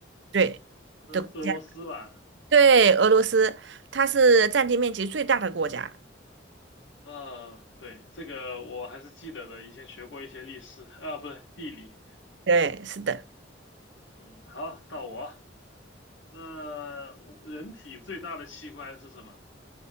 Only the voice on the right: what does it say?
对，
的国家，对，俄罗斯，它是占地面积最大的国家。
对，是的。